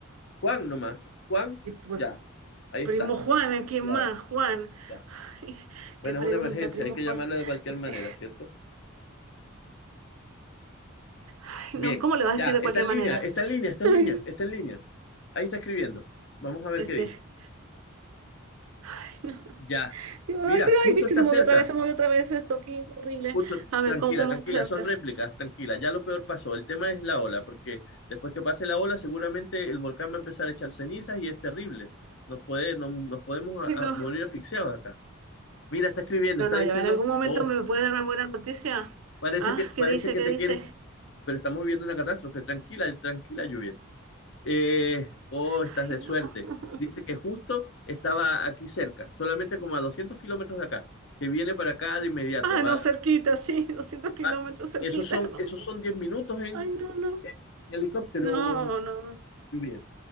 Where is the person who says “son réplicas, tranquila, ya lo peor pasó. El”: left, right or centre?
Left